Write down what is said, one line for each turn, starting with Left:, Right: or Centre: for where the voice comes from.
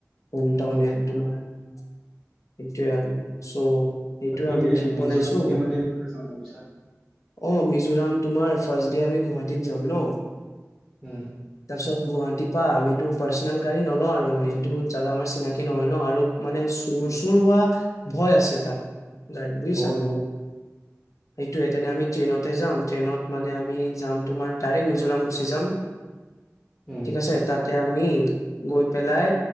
Left: হোমটাউনে
Centre: উম,
Left: একদোমাৰ এটোয় আৰু চ' সেইটোয়ে
Centre: বাকি
Left: আমি ট্ৰিপ
Centre: মিজোৰাম
Left: বনাইছো
Centre: কিন দিনজাম বুলি ভাবি আছা
Left: অ মিজোৰাম তোমাৰ ফাৰ্ষ্ট ডে আমি গুৱাহাটীত যাম ন।
Centre: হু।
Left: পিছত গুৱাহাটী পৰা আমিটো পাৰ্চনেল গাড়ী নলও আৰু মানে সেইটো জাগা আমাৰ চিনাকি নহয় ন আৰু মানে চুৰ,
Centre: উম,
Left: চুৰ হোৱা ভয় আছে তাত। গাইড বুজিছা?
Centre: বহুত বহুত
Left: সেইটোয়ে তেনে আমি ট্ৰেইনতে যাম। ট্ৰেইনত মানে আমি যাম তোমাৰ ডাইৰেক্ট মি জৰাম গুচি যাম।
Centre: উম,
Left: ঠিক আছে তাত? এতিয়া আমি গৈ পেলাই